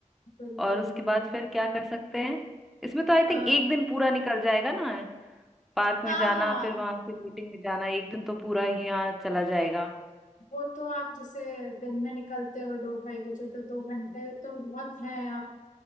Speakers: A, on the left; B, in the centre.
A: बिल्कुल
B: और उसके
A: बिल्कुल
B: बाद फिर क्या कर सकते हैं इसमें तो आई
A: आ,
B: थिंक एक दिन पूरा निकल जाएगा ना पार्क में
A: हाँ
B: जाना
A: हाँ
B: फिर वहां से बोटिंग में जाना एक दिन तो पूरा यहाँ चला जाएगा
A: वो तो आप जैसे दिन में निकलते हो दो ढाई बजे तो दो घंटे तो बहुत हैं आप